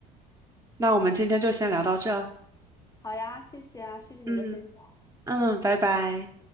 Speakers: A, on the right; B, on the left.
A: 那我们今天就先聊到这儿
B: 好呀，谢谢啊，谢谢你的分享。
A: 嗯嗯，拜拜。